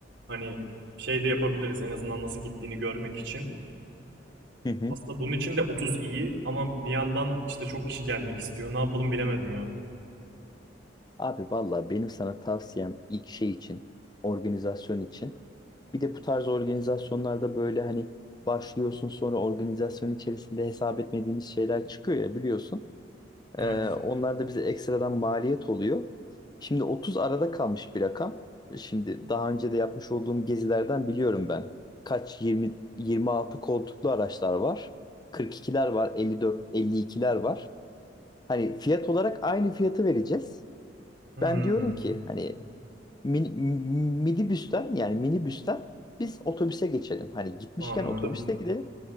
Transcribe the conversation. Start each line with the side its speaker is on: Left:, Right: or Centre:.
Right: hani şey de yapabiliriz en azından nasıl gittiğini görmek için.
Left: hı hı.
Right: Aslında bunun için de 30 iyi ama bir yandan işte çok kişi gelmek istiyor. Ne yapalım bilemedim ya.
Left: Abi valla benim sana tavsiyem ilk şey için, organizasyon için. Bir de bu tarz organizasyonlarda böyle hani başlıyorsun sonra organizasyon içerisinde hesap etmediğimiz şeyler çıkıyor ya biliyorsun. Ee,
Right: Evet.
Left: onlar da bize ekstradan maliyet oluyor. Şimdi 30 arada kalmış bir rakam. Şimdi daha önce de yapmış olduğum gezilerden biliyorum ben. Kaç 20 26 koltuklu araçlar var. 42'ler var, 54 52'ler var. Hani fiyat olarak aynı fiyatı vereceğiz.
Right: Hmm,
Left: Ben diyorum ki hani mini, minibüsten yani minibüsten biz otobüse geçelim. Hani gitmişken
Right: anladım.
Left: otobüste gidelim.